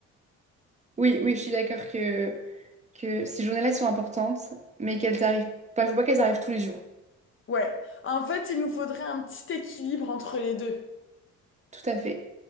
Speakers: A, on the right; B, on the left.
A: oui, oui, je suis d'accord que, que ces journées-là sont importantes, mais qu'elles arrivent... Enfin, faut pas qu'elles arrivent tous les jours.
B: Ouais. En fait, il nous faudrait un petit équilibre entre les deux.
A: Tout à fait.